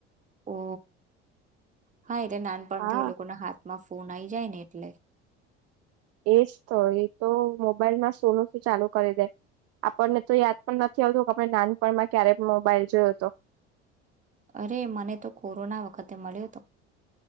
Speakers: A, on the right; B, on the right.
A: ઓ હા એટલે નાનપણથી
B: હા
A: એ લોકોના હાથ માં ફોન આવીઈ જાય ને એટલે.
B: એજ તો એ તો મોબાઈલમાં સોનો ચાલુ કરી દે આપણને તો યાદ પણ નથી આવતું કે આપણે નાનપણમાં ક્યારે મોબાઈલ જોયો હતો.
A: અરે મને તો કોરોના વખતે મળ્યો હતો.